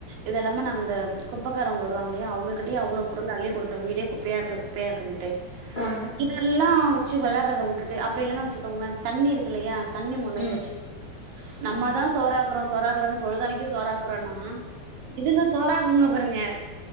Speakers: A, on the right (about 65°); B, on the left (about 15°).
A: இது எல்லாமே நாங்க இந்த குப்பக்காரங்க வருவாங்களையா அவங்க கட்டி அவ்ளவு பொருள் அள்ளி கொடு வீடே குப்பையா இருக்கு குப்பையா இருக்கு
B: ஆ
A: இதெல்லா வச்சு விளாரத விட்டுட்டு அப்டி இல்லைன்னா வச்சுக்கோங்கள தண்ணி இருக்கு இல்லையா தண்ணி முன்னாந்து
B: ம்
A: வச்சு நம்ம
B: ம்.
A: தான் சோறாக்கனு அப்புறோ சோராகிறா பொழுதானக்க சோறாக்குறோம்னா இதுங்க சோறக்குங்க ங்க